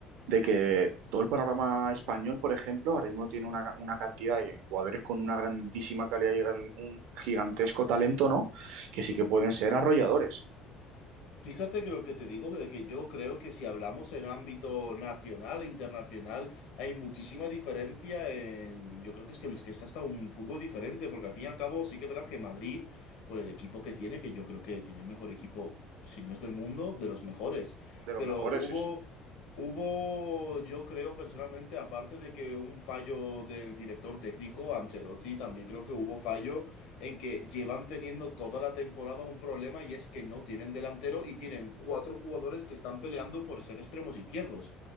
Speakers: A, on the right; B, on the left.
A: De que todo el panorama español, por ejemplo, ahora mismo tiene una, una cantidad de jugadores con una grandísima calidad y gran- un gigantesco talento, ¿no? Que sí que pueden ser arrolladores,
B: Fíjate que lo que te digo, de que yo creo que si hablamos en ámbito nacional e internacional, hay muchísima diferencia en... Yo creo que es que es que es hasta un fútbol diferente, porque al fin y al cabo sí que es verdad que Madrid, con el equipo que tiene, que yo creo que tiene el mejor equipo, si no es del mundo, de los mejores.
A: de los
B: Pero
A: mejores,
B: hubo,
A: sí, sí,
B: hubo, yo creo personalmente, aparte de que un fallo del director técnico, Ancelotti, también creo que hubo fallo en que llevan teniendo toda la temporada un problema y es que no tienen delantero y tienen cuatro jugadores que están peleando por ser extremos izquierdos.